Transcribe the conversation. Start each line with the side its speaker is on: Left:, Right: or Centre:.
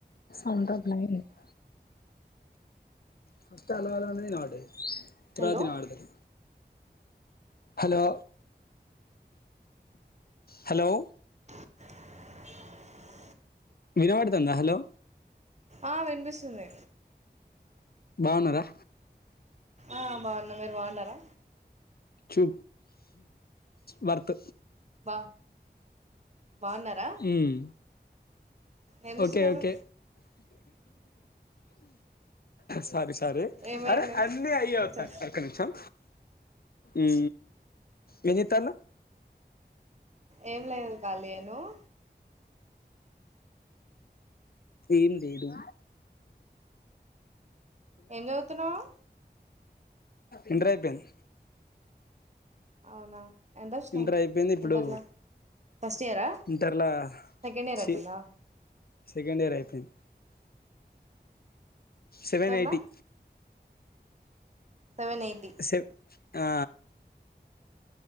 Left: అంత బ్లైన్ <unintelligible> ఫస్ అలవాల నాడు ఇత్తరాతి
Right: హలో
Left: నా ఆడుద <unintelligible> హలో హలో
Right: <inaudible>
Left: వినబడుతుందా హలో
Right: ఆ వినిపిస్తుంది
Left: బాగున్నారా
Right: ఆ బాగున్న మీరు బాగున్నారా
Left: చు వర్త్
Right: బా బాగున్నారా
Left: మ్మ్
Right: ఏం చేస్తున్నారు
Left: ఓకే ఓకే సారీ స సరే
Right: ఏమైంది
Left: అరే అన్నీ అయ్యే
Right: టీచర్
Left: వత్తన్నయి ఒక్క నిమిషం ఉం ఏం చేస్తున్నావ్
Right: ఏం లేదు కలి నువు
Left: ఏం చేయలే
Right: ఏం చదువుతున్నావు
Left: ఇంటర్ అయిపోయింది
Right: అవునా ఎంత వచ్చినాయి
Left: ఇంటర్ అయిపోయింది ఇప్పుడు
Right: ఇంటర్లో ఫస్ట్ ఇయరా
Left: ఇంటర్లా
Right: సెకండ్ ఇయరా
Left: చి
Right: ఇపోనా
Left: సెకండ్ ఇయర్ అయిపోయింది సెవెన్
Right: ఇంటర్లో
Left: ఎయిటీ
Right: సెవెన్ ఎయిటీ
Left: సె ఆ